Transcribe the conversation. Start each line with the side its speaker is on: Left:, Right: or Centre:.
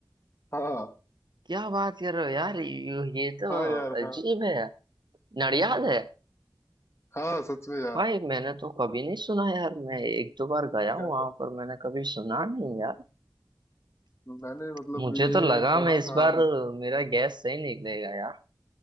Left: हाँ
Right: क्या बात कर रहे हो यार ये ये तो
Left: हाँ यार
Right: अजीब
Left: हाँ
Right: है नडियाद है
Left: हाँ सच में यार
Right: भाई मैंने तो कभी नहीं सुना यार मैं एक दो बार गया हूँ
Left: यार
Right: वहां पर मैंने कभी सुना नहीं यार
Left: मैंने मतलब
Right: मुझे
Left: ये
Right: तो लगा
Left: पढ़ा
Right: मैं इस
Left: था
Right: बार
Left: अभी
Right: मेरा गैस सही निकलेगा यार